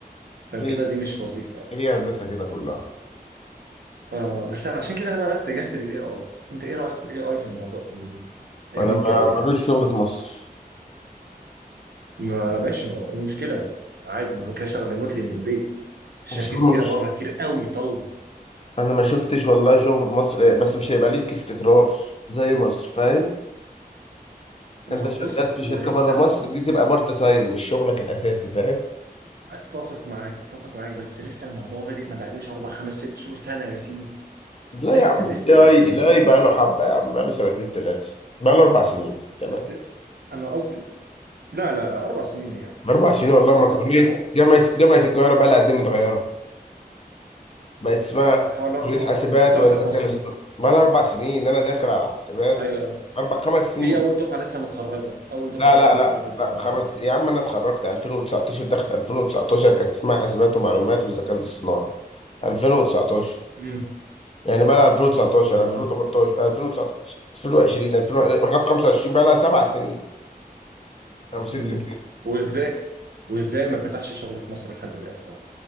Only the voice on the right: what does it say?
فكده
دي مش وظيفه يعني.
آه بس عشان كده انا بقى اتجهت للاي اي انت ايه رايك في الاي اي في الموضوع في الايام
الجايه
ما ماشي ما المشكله ما عادي ما ممكن اشتغل ريموتلي من البيت في
شركات
كتيره بره كتير قوي طالبه
ما
هو
بص
هو
لسه
اتفق معاك اتفق معاك بس لسه الموضوع بادئ ما بقالوش اربع خمس ست شهور سنه يا سيدي
لسه
لسه
لسه المشروع
بس انا قصدي لا لا لا اربع سنين يعني
اربع
سنين اهو
آه، حوالي
اربع
ثلاث
اربع
سنين
ايوه أيوة.
في اول دفعه لسه متخرجه اول دفعه
لسه
متخرجه
الدفعه
اللي فاتت
امم
والله
مم.
وازاي وازاي ما فتحش شغل في مصر لحد الان طبعا